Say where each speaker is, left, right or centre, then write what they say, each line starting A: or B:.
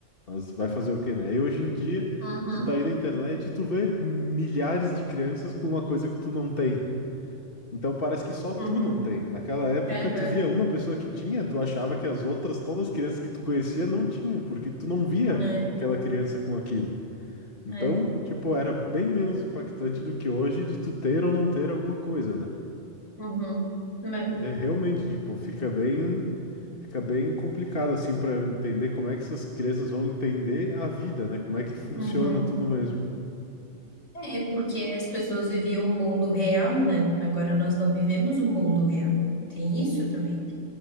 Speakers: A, on the left (about 45°); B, on the left (about 70°).
A: Mas vai fazer o quê, né? Aí hoje em dia,
B: Uhum,
A: tu tá aí na internet e tu vê milhares de crianças com uma coisa que tu não tem. Então parece que só tu
B: uhum,
A: não tem. Naquela época,
B: aham,
A: tu via uma pessoa que tinha, tu achava que as outras, todas as crianças que tu conhecia, não tinham, porque tu não via
B: é,
A: aquela criança com aquilo. Então,
B: é,
A: tipo, era bem menos impactante do que hoje de tu ter ou não ter alguma coisa, né?
B: uhum, mas-
A: É realmente, tipo, fica bem, fica bem complicado assim para entender como é que essas crianças vão entender a vida, né? Como é que funciona
B: uhum.
A: tudo mesmo.
B: É é porque as pessoas viviam o mundo real, né? Agora nós não vivemos o mundo real. Tem isso também.